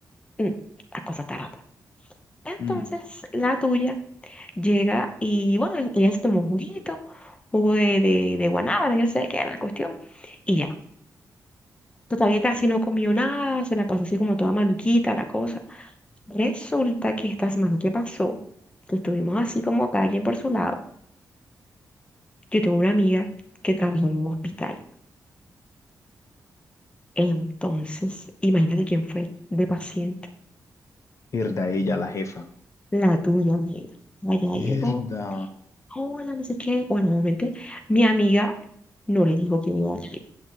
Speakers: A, on the left; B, on the left.
A: mm, la cosa está rota. Entonces
B: Mm,
A: la tuya llega y bueno, ella se tomó un juguito, jugo de, de, de guanábana, yo sé qué era la cuestión, y ya. Todavía casi no comió nada, se la pasó así como toda maluquita la cosa. Resulta que esta semana que pasó, que estuvimos así como cada quien por su lado, yo tengo una amiga que trabaja en un hospital. Entonces, imagínate quién fue de paciente,
B: mierda, ella, la jefa.
A: la tuya, amiga. Allá
B: Mierda.
A: llegó hola, no sé qué. Bueno, obviamente mi amiga no le dijo que me iba a ir.